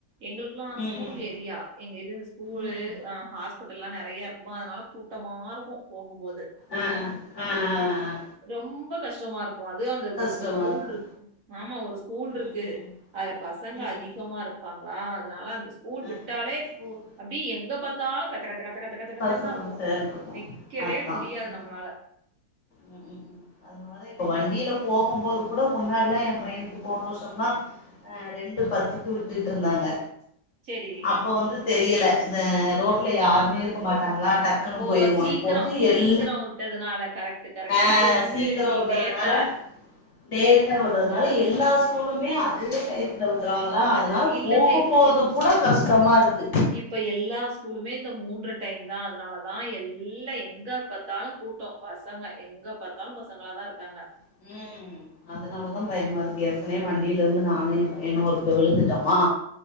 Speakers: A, on the right; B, on the left.
A: எங்களுக்குலா
B: ம்
A: ஸ்கூல் ஏரியா எங்க இது ஸ்கூலு
B: ம் ம்
A: ஆ ஹாஸ்பிட்டல்லா நெறையா இருக்குமா அதுனால கூட்டமா இருக்கு போகும்போது
B: ஆ ஆ ஆ ஆ
A: ரொம்ப கஷ்டமா இருக் கு அது அந்த
B: கஷ்டமா
A: ஒ ஒரு ஸ்கூல்
B: இருக்கு
A: இருக் ஆமா ஒரு ஸ்கூல் இருக்கு
B: ம் ம்
A: அதுல பசங்க
B: ம் ம்
A: அதிகமா
B: ம்
A: இருக் ப்பாங்ளா அதுனால அந்த ஸ்கூல்
B: ஆ
A: விட்டாலே
B: ஸ்கூல்
A: அப்டி எங்க பாத்தாலு கச்ச கச்ச கச்ச கச்ச கச் ச்ச கச்சந்தா
B: பசங்க
A: இருக்கு
B: சேந்துருக்கு
A: நிக்கவே
B: அதா
A: முடியாது
B: ம்
A: நம்மளால
B: ம் ம் ம் அதனாலா இப்ப வண்டில போகும்போது கூட முன்னாடிலா எ பையனுக்கு போன வருஷம்லா அ ரெண்டு பத்துக்கு விட்டுட்ருந்தாங்க
A: சரி.
B: அப்ப வந்து தெரியல இந்த ரோட்ல
A: ஆ.
B: யாருமே இருக்க மாட்டாங்ளா டக் க்குனு
A: ஓ!
B: போயிருவோ
A: சீக்கிரம்,
B: இப்போ வந்து எல்
A: சீக்கிரம் விட்டதுனால. கரெக்ட், கரெக்ட்.
B: ஆ
A: இப்போ வந்து
B: சீக்கர
A: நீ
B: வுட்டதுனால
A: லேட்டா
B: லேட்டா விட்றதுனால
A: உண்மதான்.
B: எல்லா ஸ்கூலுமே அதவே டயத்துல விட்றாங்களா
A: அது
B: அதனால
A: இல்லங்க.
B: போகம்போது
A: இப் இப்
B: கூட கஷ்டமா இருக்கு
A: இப்ப எல்லா ஸ்கூலுமே இந்த மூன்ற டைம் தா அதனால தா எல்லா எங்க பாத்தாலு கூட்டோ பசங்க எங்க பாத்தாலு பசங்களா தா இருக்காங்க
B: ம் அதனாலதா பயமா இருக்கு ஏற்கனே வண்டிலருந்து நானு எ பையனு ஒருக்க விழுந்துட்டமா